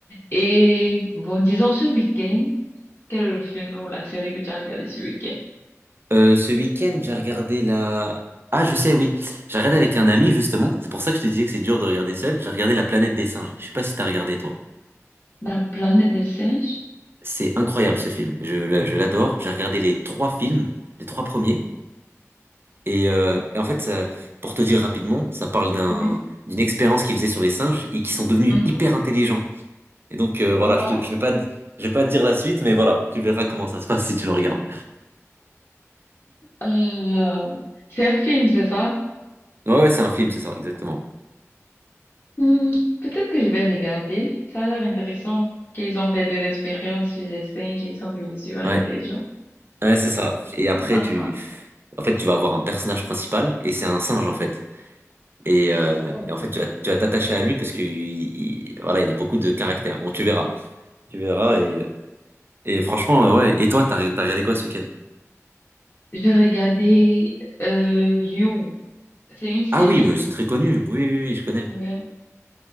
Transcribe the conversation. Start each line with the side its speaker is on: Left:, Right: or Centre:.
Left: Et bon, disons ce week-end, quel est le film ou la série que tu as regardé ce week-end?
Right: Euh, ce week-end, j'ai regardé la... Ah, je sais, oui. J'ai regardé avec un ami, justement. C'est pour ça que je te disais que c'est dur de regarder seul. J'ai regardé La Planète des Singes. Je sais pas si t'as regardé, toi.
Left: La planète des singes?
Right: C'est incroyable, ce film. Je, la- je l'adore. J'ai regardé les trois films, les trois premiers. Et, euh, et en fait, ça, pour te dire rapidement, ça parle d'un,
Left: Oui.
Right: d'une expérience qu'ils faisaient sur les singes et qui sont devenus
Left: Mhm.
Right: hyper intelligents. Et donc, euh, voilà,
Left: Voilà.
Right: je te, je vais pas, te- je vais pas te dire la suite, mais voilà, tu verras comment ça se passe si tu le regardes.
Left: Euh, c'est un film, c'est ça?
Right: Ouais, ouais, c'est un film, c'est ça, exactement.
Left: Hmm, peut-être que je vais regarder. Ça a l'air intéressant qu'ils ont fait des expériences sur les singes et ils sont devenus super
Right: Ouais.
Left: intelligents.
Right: Ouais, c'est ça. Et après,
Left: Voilà
Right: tu,
Left: ça.
Right: en fait, tu vas avoir un personnage principal et c'est un singe en fait. Et, euh,
Left: Oh.
Right: et en fait, tu vas, tu vas t'attacher à lui parce que il- il- voilà, il a beaucoup de caractère. Bon, tu verras, tu verras. Et, et franchement, euh, ouais. Et toi, t'as, re- t'as regardé quoi ce week-end?
Left: J'ai regardé euh, You. C'est une série.
Right: Ah oui, bah, c'est très connu. Oui, oui, oui, je connais.
Left: Ouais.